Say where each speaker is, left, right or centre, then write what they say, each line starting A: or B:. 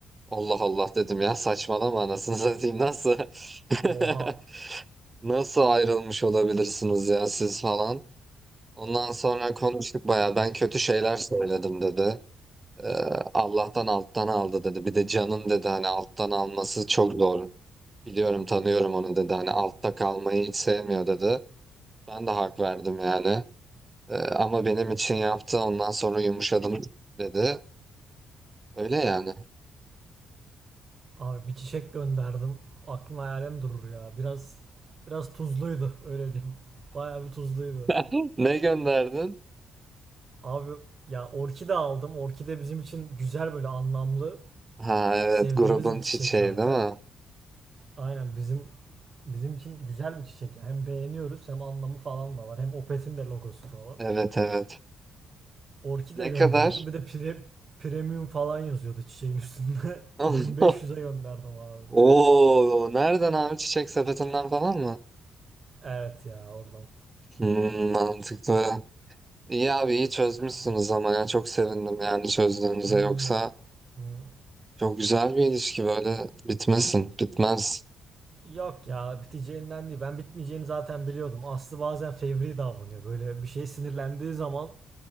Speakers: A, on the right; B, on the right.
A: Allah Allah dedim ya saçmalama anasını satayım nasıl?
B: Oha.
A: <laughs> Nasıl ayrılmış olabilirsiniz ya siz falan. Ondan sonra konuştuk baya ben kötü şeyler söyledim dedi. Ee, Allah'tan alttan aldı dedi. Bir de canın dedi hani alttan alması çok zor. Biliyorum tanıyorum onu dedi hani altta kalmayı hiç sevmiyor dedi. Ben de hak verdim yani. Ee, ama benim için yaptı ondan sonra yumuşadım dedi. Öyle yani.
B: Abi bir çiçek gönderdim. Aklın hayalin durur ya. Biraz biraz tuzluydu öyle diyeyim. Bayağı bir tuzluydu.
A: <laughs> Ne gönderdin?
B: Abi ya orkide aldım. Orkide bizim için güzel böyle anlamlı
A: Ha evet
B: sevdiğimiz
A: grubun
B: bir çiçek
A: çiçeği
B: zaten.
A: değil mi?
B: Aynen bizim bizim için güzel bir çiçek. Yani hem beğeniyoruz hem anlamı falan da var. Hem Opet'in de logosu falan.
A: Evet evet.
B: Orkide
A: Ne
B: gönderdim.
A: kadar?
B: Bir de pre- premium falan yazıyordu çiçeğin üstünde. <laughs>
A: <laughs>
B: 1500'e gönderdim abi.
A: Oo nereden abi çiçek sepetinden falan mı?
B: Evet ya oradan.
A: Hmm, mantıklı. İyi abi iyi çözmüşsünüz
B: Yani,
A: ama ya çok sevindim yani çözdüğünüze
B: hmm,
A: yoksa
B: hmm.
A: çok güzel bir ilişki böyle bitmesin bitmez.
B: Yok ya biteceğinden değil. Ben bitmeyeceğini zaten biliyordum. Aslı bazen fevri davranıyor. Böyle bir şey sinirlendiği zaman